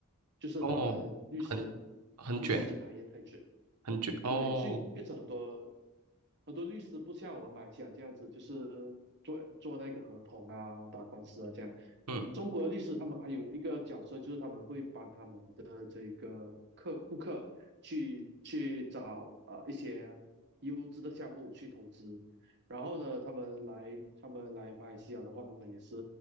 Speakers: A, on the right (about 50°); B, on the right (about 80°).
A: 就是他们律师
B: 哦，很很卷，
A: 律师这个行业太卷。
B: 很卷哦。
A: 对，所以变成很多很多律师不像我们马来西亚这样子，就是做做那个合同啊、打官司啊这样。
B: 嗯。
A: 中国的律师他们还有一个角色，就是他们会帮他们的这个客顾客去去找呃一些优质的项目去投资。然后呢，他们来他们来马来西亚的话，他们也是